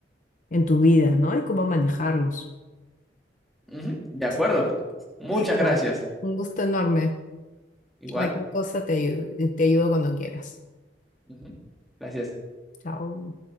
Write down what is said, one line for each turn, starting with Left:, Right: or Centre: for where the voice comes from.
Left: en tu vida, ¿no? Y cómo manejarlos.
Centre: Ujú, De acuerdo.
Left: Sí.
Centre: Muchas
Left: Listo.
Centre: gracias.
Left: Un gusto enorme.
Centre: Igual.
Left: Cualquier cosa te ayudo, te ayudo cuando quieras.
Centre: Ujú. Gracias.
Left: Chao.